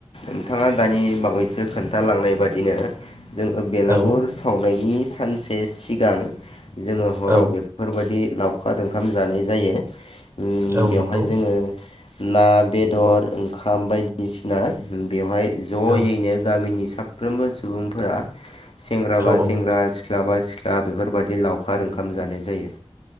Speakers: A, on the left; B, on the right.
A: नोंथाङा दानि बावैसो खोन्थालांनाय बादिनो जोङो बेलागुर
B: औ
A: सावनायनि सानसे सि जां जोङो हराव
B: औ
A: बेफोरबायदि लावखारादों ओंखाम जानाय जायो उम
B: औ
A: बेवहाय
B: नंगौ
A: जोङो ना बेदर ओंखाम खाम बायदिसिना बेवहाय ज'यैनो
B: औ
A: गामिनि साफ्रोमबो सुबुंफोरा सेंग्रा बा
B: औ
A: सेंग्रा
B: औ
A: सिख सिख्ला बा सिख्ला बेफोरबायदि लावखार ओंखाम जानाय जायो।